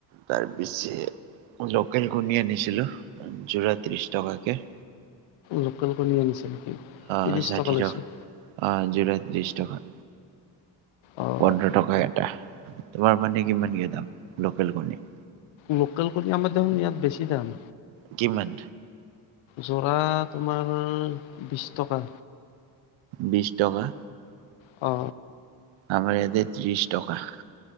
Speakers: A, on the right; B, on the left.
A: তাৰ পিছে লোকেল কণী আনিছিলোঁ যোৰা ত্ৰিছ টকাকে।
B: লোকেল কণী আনিছা নেকি
A: আহ
B: ত্ৰিছ
A: ষাঠি
B: টকা লৈছে
A: অ যোৰা ত্ৰিছ টকা।
B: অঁ
A: পোন্ধৰ টকা এটা তোমাৰ মানে কিমানকে দাম লোকেল কণী
B: লোকেল কণী আমাৰ দেখোন ইয়াত বেছি দাম।
A: কিমান?
B: যোৰা তোমাৰ বিছ টকা।
A: বিছ টকা।
B: অ।
A: আমাৰ ইয়াতে ত্ৰিশ টকা।